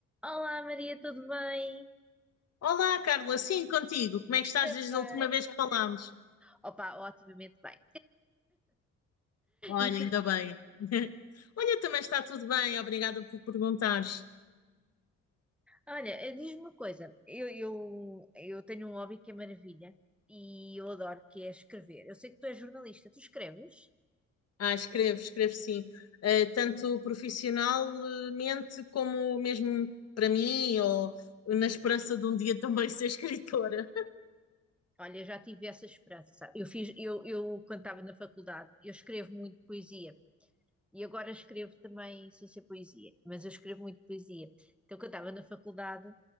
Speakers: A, in the centre; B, on the left (about 55°).
A: Olá Maria, tudo bem?
B: Olá, Carla, sim, contigo. Como é que estás
A: Está
B: desde
A: bem.
B: a última vez que falámos?
A: Opa, otimamente bem.
B: Olha,
A: E tu?
B: ainda bem. <laughs> Olha, também está tudo bem, obrigada por perguntares.
A: Olha, eh, diz-me uma coisa, eu, eu, eu tenho um hobby que é maravilha e eu adoro, que é escrever. Eu sei que tu és jornalista, tu escreves?
B: Ah, escrevo, escrevo sim. Eh, tanto profissionalmente como mesmo para mim, ou na esperança de um dia também ser escritora.
A: Olha, eu já tive essa esperança, sabe? Eu fiz, eu, eu quando estava na faculdade, eu escrevo muito poesia e agora escrevo também sem ser poesia, mas eu escrevo muito poesia. Então, quando estava na faculdade,